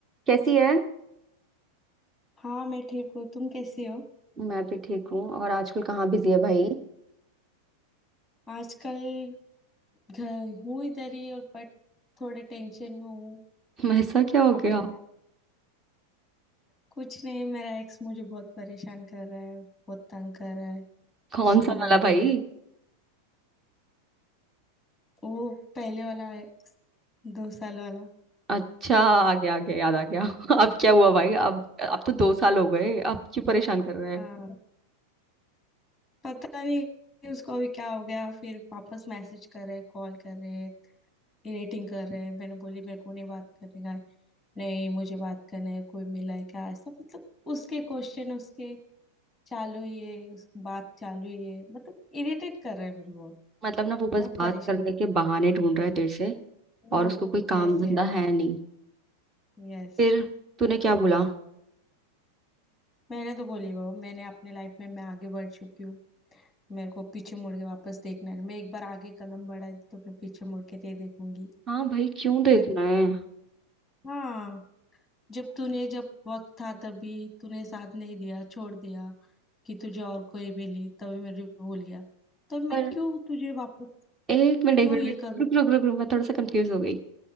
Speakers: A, on the right; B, in the centre.
A: कैसी है
B: हाँ मैं ठीक हूँ तुम कैसी हो
A: मैं भी ठीक हूँ और आजकल कहाँ बिजी है भाई
B: आजकल घर हूँ इधर ही और बट थोड़े टेंशन में हूँ
A: <laughs> ऐसा क्या हो
B: अपने
A: गया
B: कुछ नहीं मेरा एक्स मुझे बहुत परेशान कर रहा है बहुत तंग कर रहा है
A: कौन
B: सुन
A: सा
B: रहा
A: वाला
B: नहीं
A: भाई
B: मेरे वो पहले वाला एक्स दो साल वाला
A: अच्छा आ गया आ गया याद आ गया <laughs> अब क्या हुआ भाई अब अब तो दो साल हो गए अब क्यों परेशान कर रहे हैं
B: हाँ पता नहीं कि उसको अभी क्या हो गया फिर वापस मैसेज कर रहे कॉल कर रहे रेटिंग कर रहे मैंने बोली मेरे को नहीं बात करने का नहीं मुझे बात करना है कोई मिला है क्या ऐसा मतलब उसके क्वेश्चन उसके चालू ये उसकी बात चालू ये मतलब इरिटेट कर रहा है मुझे बहुत
A: मतलब ना वो बस
B: बहुत
A: बात
B: परेशान
A: करने के बहाने ढूंढ रहा है तेरे से
B: हम्म
A: और उसको कोई काम
B: Yes yes
A: धंधा है नहीं
B: yes
A: फिर तूने क्या बोला
B: मैंने तो बोली बाबा मैंने अपने लाइफ में मैं आगे बढ़ चुकी हूँ मेरे को पीछे मुड़ के वापस देखना है मैं एक बार आगे कदम बढ़ाई तो मैं पीछे मुड़ के नहीं देखूंगी
A: हाँ भाई क्यों देखना
B: मैं
A: है
B: हाँ जब तूने जब वक्त था तभी तूने साथ नहीं दिया छोड़ दिया कि तुझे और कोई मिली तभी मैं भूल गया तब मैं
A: पर
B: क्यों तुझे वापस
A: एक मिनट
B: क्यों
A: एक मिनट
B: ये
A: एक-
B: करूँ
A: रुक रुक रुक रुक मैं थोड़ा सा कंफ्यूज हो गई